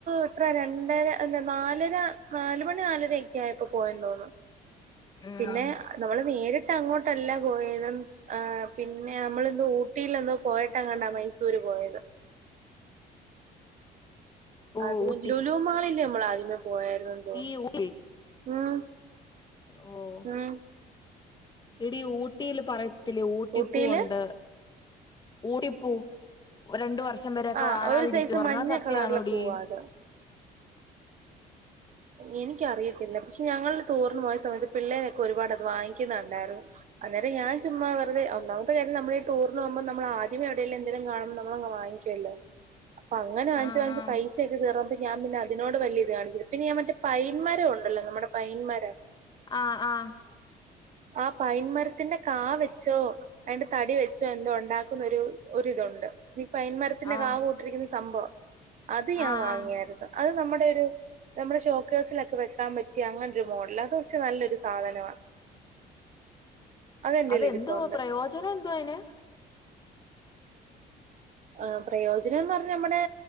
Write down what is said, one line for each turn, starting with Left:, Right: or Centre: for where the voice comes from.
Right: ഇത്ര രണ്ടര എന്താ നാലര നാലുമണി നാലര ഒക്കെ ആയപ്പോ പോയെന്ന് തോന്നും
Left: ഉം
Right: പിന്നെ നമ്മള് നേരിട്ട് അങ്ങോട്ടല്ല പോയതും ആ പിന്നെ നമ്മളെന്തോ ഊട്ടില് എന്തോ പോയിട്ടെങ്ങണ്ടാ മൈസൂര് പോയത്
Left: ഓ
Right: അത്
Left: ഊട്ടി
Right: ലുലൂ മാളില്ലേ നമ്മള് ആദ്യമേ പോയായിരുന്നെന്ന് തോന്നുന്നു
Left: ഈ ഊ <unintelligible>
Right: ഉം
Left: ഓ
Right: ഉം
Left: എടി ഊട്ടിയില് പറയത്തില്ലേ ഊട്ടിപ്പൂവുണ്ട്
Right: ഊട്ടിയില്
Left: ഊട്ടിപ്പൂ രണ്ടു വർഷം വരെയൊക്കെ
Right: ആ
Left: വാടാതിരിക്കും
Right: ഒരു സൈസ്
Left: പറഞ്ഞാൽ
Right: മഞ്ഞ
Left: സത്യമാന്നോടി
Right: കളറിലെ പൂവാ അത് എനിക്കറിയത്തില്ല പക്ഷെ ഞങ്ങളുടെ ടൂറിന് പോയ സമയത്ത് പിള്ളേരൊക്കെ ഒരുപാട് അത് വാങ്ങിക്കുന്ന കണ്ടായിരുന്ന് അന്നേരം ഞാൻ ചുമ്മാ വെറുതെ ഒന്നാമത്തെ കാര്യം നമ്മൾ ഈ ടൂറിന് പോവുമ്പൾ നമ്മൾ ആദ്യം എവിടേലും എന്തേലും കാണുമ്പോ നമ്മളങ്ങ് വാങ്ങിക്കും <unintelligible>
Left: <inaudible>
Right: അങ്ങനെ വാങ്ങിച്ച്
Left: ആഹ്
Right: വാങ്ങിച്ച് പൈസ ഒക്കെ തീർന്നപ്പോ പ്പിന്നെ ഞാൻ പിന്നെ അതിനോട് വലിയ ഇത് കാണിച്ചി പിന്നെ ഞാൻ മറ്റേ പൈൻമരം ഉണ്ടല്ലോ നമ്മുടെ പൈൻമരം
Left: ആഹ് ആഹ്
Right: ആ പൈൻ മരത്തിന്റെ കാ വെച്ചോ അയിന്റെ തടി വെച്ചോ എന്തോ ണ്ടാക്കുന്നൊരു ഒരിതുണ്ട് പൈന്മരത്തിന്റെ
Left: ആഹ്
Right: കാ കൂ <unintelligible> സംഭവം അത് ഞാൻ
Left: ആഹ്
Right: വാങ്ങിയായിരുന്നു
Left: ആഹ്
Right: അത് നമ്മുടെ ഒരു നമ്മുടെ ഷോക്ക് കേഴ്സിലൊക്കെ വെക്കാൻ പറ്റിയാ അങ്ങനൊരു മോഡല് അത് പക്ഷെ നല്ലൊരു സാധനമാ എൻ്റെ
Left: അതെന്തു
Right: കയ്യിൽ ഇരിപ്പുണ്ട്
Left: പ്രയോജനം എന്തു അയിന്
Right: ആ പ്രയോജന്ന് പറഞ്ഞ നമ്മുടെ